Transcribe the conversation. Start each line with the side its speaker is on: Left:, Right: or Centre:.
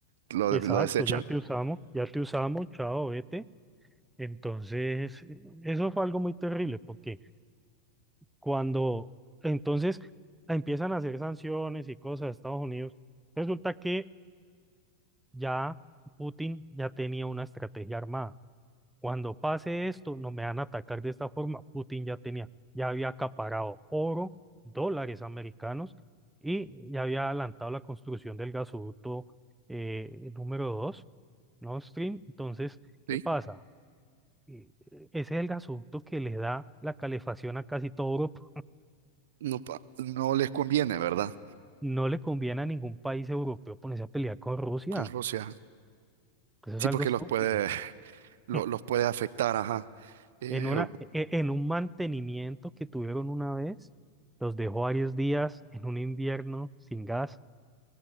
Right: lo,
Centre: exacto,
Right: lo desechan.
Centre: ya te usamos, ya te usamos, chao, vete. Entonces, eh, eso fue algo muy terrible porque Cuando entonces empiezan a hacer sanciones y cosas a Estados Unidos, resulta que ya Putin ya tenía una estrategia armada. Cuando pase esto, no me van a atacar de esta forma. Putin ya tenía, ya había acaparado oro, dólares americanos y ya había adelantado la construcción del gasoducto eh, número dos Nord Stream. Entonces, ¿qué
Right: Sí,
Centre: pasa? Eh, Ese es el gasoducto que le da la calefacción a casi todo Europa.
Right: no, pa- no les conviene, ¿verdad?
Centre: No le conviene a ningún país europeo ponerse a pelear con Rusia.
Right: Con Rusia.
Centre: Eso
Right: Sí,
Centre: es algo
Right: porque
Centre: estúpido.
Right: los puede, <laughs> lo-
Centre: <laughs>
Right: los puede afectar, ajá. Eh,
Centre: En una, e- e- en un mantenimiento que tuvieron una vez, los dejó varios días en un invierno sin gas.